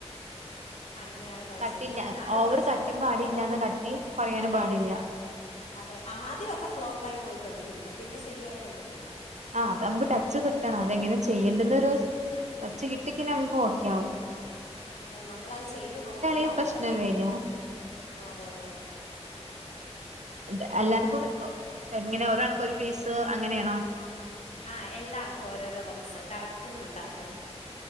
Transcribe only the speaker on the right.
തട്ടില്ല
ഓവർ
കട്ടിം പാടില്ല
എന്നാ കട്ടി കൊറയാനും
പാടില്ല
ആ അത് നമ്മക്ക് ടച്ച്‌ കിട്ടണം അതെങ്ങനെ ചെയ്യണ്ടിന്നുള്ള
ടച്ച്‌ കിട്ടിയ നമ്മക്ക് ഓക്കേ ആകും
ഈ
പ്രശ്നം വരിക
ണ്ട് എല്ലാർക്കു എങ്ങനെ ഒരാൾക്ക് ഒര് പീസ് അങ്ങനെണോ